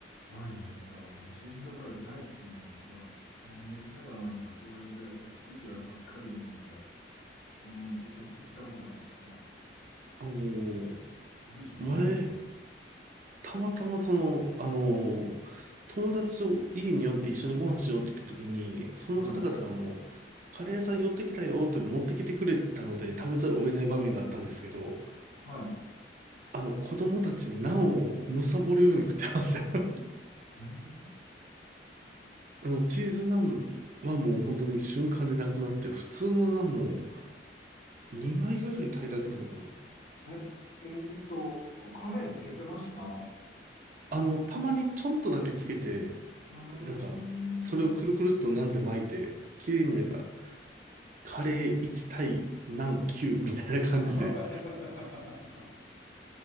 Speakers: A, on the left; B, on the right.
A: ないんですよ。私、インドカレー大好きなんですけど、もう娘がなんかそうやって好き嫌いばっかりなうんで、もう行け、行ったことないですね。
B: あの、
A: 文章さんありますうん、
B: 前、たまたまその、あの、友達と家に呼んで一緒にご飯しようって言った時に、その方々があの、
A: はい、
B: カレー屋さん寄ってきたよって持ってきてくれたので食べざるを得ない場面があったんですけど、
A: はい。
B: あの、子供たちナンを貪るように食ってました。
A: えー
B: あの、チーズナンはもう本当に瞬間でなくなって、普通のナンも2枚ぐらい平らげたのかな。
A: え、えーっと、カレーつけてました
B: あの、たまにちょんとだけつけて、
A: うーん。
B: なんか、それをくるくるっとナンで巻いて、綺麗になんか、カレー1対ナン9みたいな感じで。
A: <laughs>